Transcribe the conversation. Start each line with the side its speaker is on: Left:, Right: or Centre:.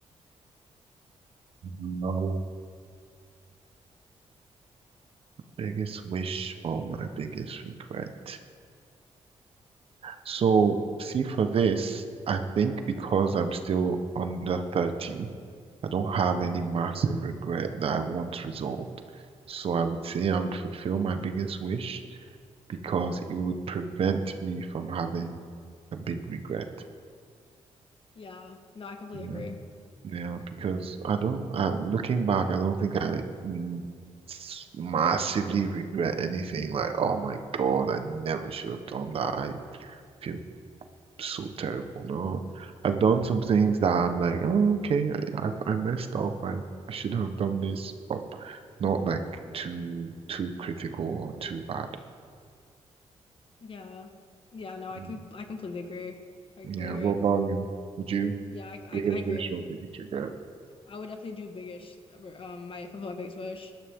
Right: No. Biggest wish or my biggest regret. So, see, for this, I think because I'm still under 30, I don't have
Left: hmm
Right: any massive regret that I want resolved. So, I would say I would fulfill my biggest wish because it would prevent me from having a big regret.
Left: Yeah. No, I completely
Right: Yeah.
Left: agree.
Right: Yeah, because I don't, I, looking back, I don't think I mm, s- massively regret anything like, oh my God, I never should have done that. I feel so terrible. No, I've done some things that I'm like, oh, okay, I, I, I messed up. I, I shouldn't have done this, but not like too, too critical or too bad.
Left: Yeah. Yeah. No, I
Right: Mm.
Left: com I completely agree. I
Right: Yeah,
Left: completely
Right: what
Left: agree.
Right: about you? Would you?
Left: Yeah, I, I
Right: Biggest
Left: I agree.
Right: wish or biggest regret?
Left: I would definitely do biggest um my fulfill my biggest wish.